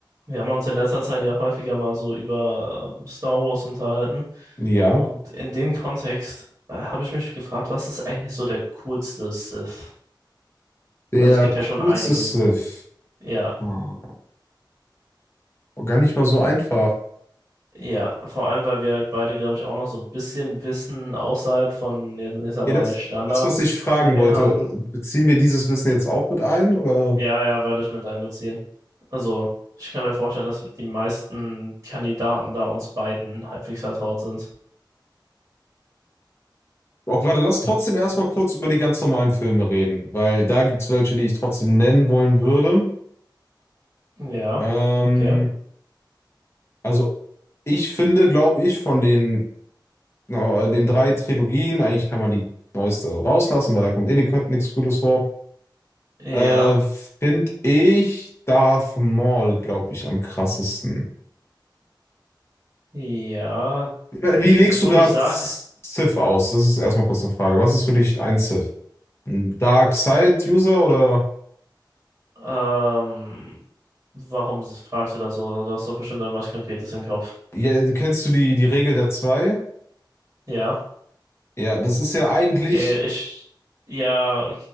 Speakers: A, on the right; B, on the left.
A: Wir haben uns in letzter Zeit ja häufiger mal so über ähm, Star Wars unterhalten.
B: Ja,
A: Und in dem Kontext äh, habe ich mich gefragt, was ist eigentlich so der coolste Sith?
B: der
A: Also es gibt
B: coolste
A: ja schon einige
B: Sith.
A: coolen. Ja,
B: Ah, Gar nicht mal so einfach.
A: ja. Vor allem, weil wir beide, glaube ich, auch noch so ein bisschen Wissen außerhalb von, jetzt ich sag
B: Ja,
A: mal,
B: das,
A: Standardserien
B: das, was ich fragen wollte,
A: haben.
B: beziehen wir dieses Wissen jetzt auch mit ein, oder?
A: Ja, ja, würde ich mit einbeziehen. Also, ich kann mir vorstellen, dass die meisten Kandidaten da uns beiden halbwegs vertraut sind.
B: Okay, warte, lass trotzdem erstmal kurz über die ganz normalen Filme reden, weil da gibt es welche, die ich trotzdem nennen wollen würde.
A: Ja,
B: Ähm,
A: okay.
B: also ich finde, glaube ich, von den, äh, den drei Trilogien, eigentlich kann man die neueste rauslassen, weil da kommt eh nichts Gutes vor,
A: Ja.
B: äh, finde ich Darth Maul, glaube ich, am krassesten.
A: Ja,
B: Wie legst
A: jetzt
B: du
A: wo
B: gerade
A: du es sagst,
B: Civ aus? Das ist erstmal kurz eine Frage. Was ist für dich ein Civ? Ein Dark Side User oder
A: ähm, warum s- fragst du das so? Du hast doch bestimmt irgendwas Konkretes im Kopf.
B: ja, kennst du die, die Regel der zwei?
A: Ja,
B: Ja, das ist ja eigentlich,
A: okay, ich, ja,